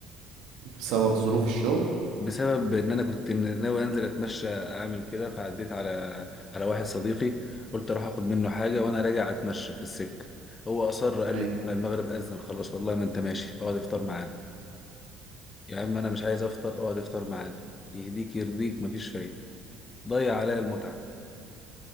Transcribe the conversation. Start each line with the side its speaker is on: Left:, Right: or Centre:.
Right: بسبب ظروف الشغل
Left: بسبب ان انا كنت ناوي انزل اتمشى اعمل كده فعديت على على واحد صديقي قلت اروح اخد منه حاجه وانا راجع اتمشى في السكه هو اصر قال
Right: ايوه
Left: لي "لا، المغرب اذن خلاص والله ما انت ماشي اقعد افطر معانا يا عم انا مش عايز افطر اقعد افطر معانا يهديك يرضيك مفيش فايده ضيع عليا المتعه